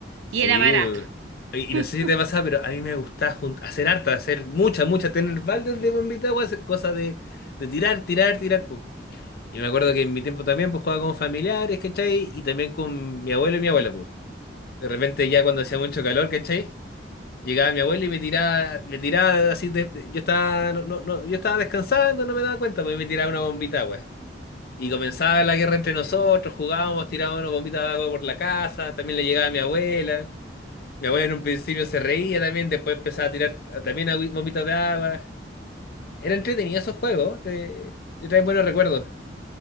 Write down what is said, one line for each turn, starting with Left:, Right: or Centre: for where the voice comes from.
Left: Sí,
Right: y era barato.
Left: eh, y y
Right: <laughs>
Left: no sé si te pasa, pero a mí me gusta jun- hacer harta, hacer mucha, mucha, tener baldes de bombita, agua, hacer cosas de, de tirar, tirar, tirar, pues. Y me acuerdo que en mi tiempo también, pues, jugaba con familiares, ¿cachai? Y también con mi abuelo y mi abuela, pues. De repente ya cuando hacía mucho calor, ¿cachai? Llegaba mi abuelo y me tiraba, me tiraba así, de- de- yo estaba, no, no, no, yo estaba descansando, no me daba cuenta, pues, y me tiraba una bombita, de agua. Y comenzaba la guerra entre nosotros, jugábamos, tirábamos una bombita de agua por la casa, también le llegaba a mi abuela. Mi abuela en un principio se reía también, después empezaba a tirar a- también agüi- bombitas de agua. Era entretenido esos juegos, te, te traen buenos recuerdos.